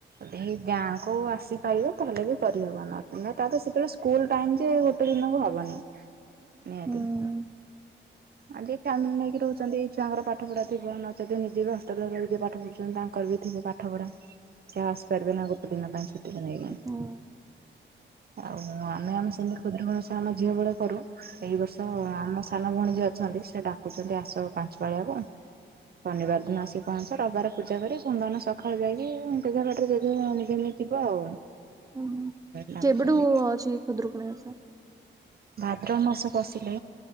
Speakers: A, on the right; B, on the right.
A: ହେଇ ଗାଁକୁ ଆସିପାରିବେ ତାହେଲେ ବି କରିହେବ ନ ତା ସେତେବେଳେ ସ୍କୁଲ୍ ଟାଇମ୍ ଯେ ଏ ଦିନକୁ ହବନି ନିହାତି।
B: ହୁଁ
A: ଆ ଯିଏ ଫ୍ୟାମିଲି ନେଇକି ରହୁଚନ୍ତି ଏଇ ଛୁଆଙ୍କର ପାଠ ପଢା ଥିବ ନେଚେତ୍ ନିଜେ ହଷ୍ଟେଲେରେ ରହି ଯିଏ ପା ପାଠ ପଢୁଚନ୍ତି ତାଙ୍କର ବି ଥିବ ପାଠ ପଢା ସିଏ ଆଉ ଆସିପାରିବେ ନା ଗୋଟେ ଦିନ ପାଇଁ ଛୁଟିକୁ ନେଇକି।
B: ହୁଁ
A: ଆଉ ଆମେ -ଆମେ ସେମିତି ଖୁଦୁରୁକୁଣୀ ଓଷା ଆମେ ଝିଅ ବେଳେ କରୁ ଏଇ ବର୍ଷ ଆମ ସାନ ଭଉଣୀ ଯିଏ ଅଛନ୍ତି ସେ ଡାକୁଚନ୍ତି ଆସ ପାଞ୍ଚ ପାଳିଆକୁ। ଶନିବାର ଦିନ ଆସିି ପହଞ୍ଚ ରବିବାର ପୂଜା କରି ସୋମବାର ସଖାଳୁ ଯାଇକି ଯେଝା ବାଟରେ ଯେଝେ ଯେମତି ଯିବ ଆଉ।
B: ଉଁ- ହୁଁ
A: ଡାକୁଛନ୍ତି।
B: କେବେଠୁ ଅଛି ଖୁଦୁରୁକୁଣୀ ଓଷା?
A: ଭାଦ୍ରବ ମାସ ପଶିଲେ